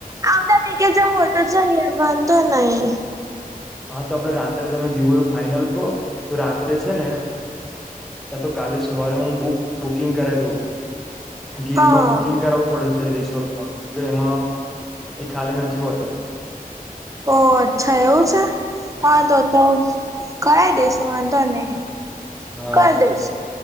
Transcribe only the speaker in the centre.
હા, તો આપડે રાત્રે તમે જીવો ફાઈનલ કો, તો રાત્રે છે ને કા તો કાલે સવારે હું બુક બુકિંગ કરાઈ દઉં. ગીરમાં
બુકિંગ કરાવવું પડે છે, રિસોર્ટમાં કેમકે એમાં એ ખાલી નથી હોતા.
હા